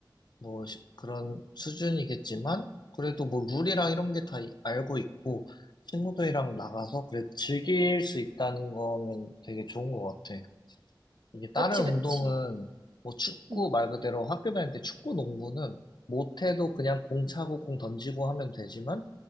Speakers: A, on the left; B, on the right.
A: 뭐 그런 수준이겠지만 그래도 뭐 룰이랑 이런 게 다 알고 있고 친구들이랑 나가서 그래도 즐길 수 있다는 거는 되게 좋은 것 같아. 이게 다른
B: 그치, 그치.
A: 운동은 뭐 축구
B: 응,
A: 말 그대로 학교 다닐 때 축구 농구는 못해도 그냥 공 차고 공 던지고 하면 되지만